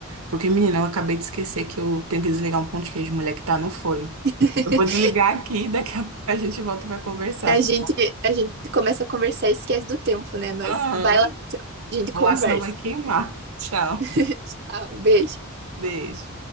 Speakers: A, on the right; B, on the right.
A: porque menina, eu acabei de esquecer que eu tenho que desligar um pão de queijo, mulher, que tá no forno.
B: <laughs>
A: Eu vou desligar aqui, daqui a pouco a gente volta pra conversar,
B: A gente,
A: tá bom?
B: a gente começa a conversar e esquece do tempo, né? Mas
A: Aham.
B: vai lá, então, a gente
A: Vou
B: conversa.
A: lá, senão vai queimar. <laughs> Tchau.
B: <laughs> Tchau, beijo.
A: Beijo.